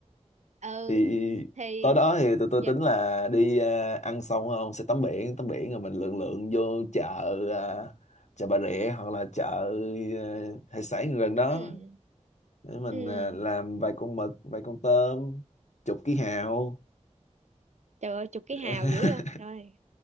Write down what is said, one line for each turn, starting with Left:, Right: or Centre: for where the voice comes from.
Right: ừ
Left: thì
Right: thì
Left: tối đó thì tụi tôi
Right: giờ
Left: tính là đi à, ăn xong không sẽ tắm biển tắm biển rồi mình lượn lượn vô chợ à, chợ Bà Rịa hoặc là chợ à, hải sản gần đó
Right: ừ
Left: để mình
Right: ừ
Left: à, làm vài con mực vài con tôm chục ký hào
Right: trời ơi chục cái hào
Left: <laughs>
Right: dữ à trời